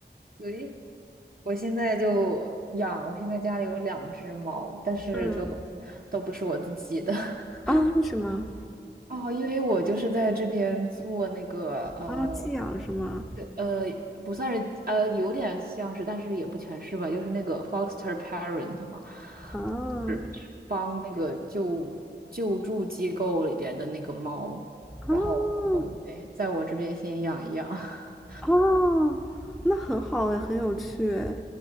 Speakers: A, on the right; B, in the centre.
A: 对，我现在就养，我现在家里有两只猫，但是就
B: 嗯
A: 都不是我自己的。
B: 啊，
A: <laughs>
B: 为什么？
A: 哦，因为我就是在这边做那个呃
B: 啊，寄养是吗？
A: 呃，不算是呃，有点像是，但是也不全是吧，就是那个 foster parent 嘛，
B: 啊，
A: 是是帮那个救救助机构里边的那个猫，
B: 啊
A: 然后对，在我这边先养一养。<laughs>
B: 啊！那很好哎，很有趣哎